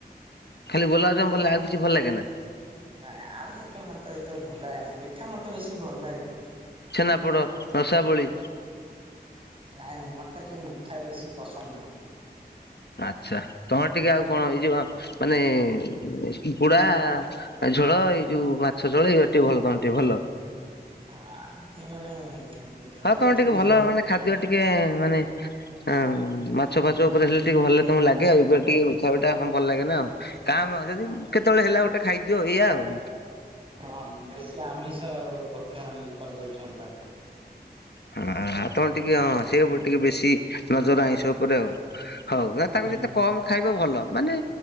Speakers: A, on the left; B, on the right.
A: ଖାଲି ଗୋଲମଜାମୁ ଭଲ ଆଉ କିଛି ଭଲ ଲାଗେ ନା?
B: ନାଇଁ ଆଉ କିଛି ମତେ ଏତେ ଭଲ ଲାଗେ ନାହିଁ। ମିଠା ମତେ ବେଶୀ ଭଲ ଲାଗେନା।
A: ଛେନାପୋଡ, ରଶାବଳି।
B: ନାଇଁ ନାଇଁ ମତେ ଟିକେ ମିଠା ବେଶୀ ପସନ୍ଦ ନୁହଁ।
A: ଆଛା ତମେ ଟିକେ ଆଉ କଣ ଏଇ ଯୋଉ ମାନେ କୁକୁଡ଼ା ଝୋଳ ଏଇ ଯୋଉ ମାଛ ଝୋଳ ଏଇ ଟିକେ ଭଲ ତମ ଟିକେ ଭଲ।
B: ହ ଏମିତି ମାନେ
A: ହଁ
B: ଯେହେତୁ
A: ତମେ ଟିକେ
B: ମୋ
A: ଭଲ ମାନେ ଖାଦ୍ୟ ଟିକେ ମାନେ ଅ ମାଛ ଫାଛ ଉପରେ ହେଲେ ଟିକେ ଭଲ ତମ ଲାଗେ ଇବଳିଆ ଟିକେ ସେଇଟା ହଁ ଭଲ ଲାଗେ ନା ଆଉ କା ଭା ଯଦି
B: ହଁ
A: କେତେବେଳେ ହେଲା ଗୋଟେ ଖାଇଦିଅ ଏଇଆ ଆଉ।
B: ହଁ ବେଶୀ ଆମିଷ ଭକ୍ଷଣ ଇ କରିଦଉଛନ୍ତା।
A: ହ ଆଉ ତମର ଟିକେ ହଁ ସେ ଉପରେ ଟିକେ ବେଶୀ ନଜର ଆଇଁଷ ଉପରେ ଆଉ ହଉ ନା ତାକୁ
B: ହୁଁ।
A: ଯେତେ କମ ଖାଇବ ଭଲ ମାନେ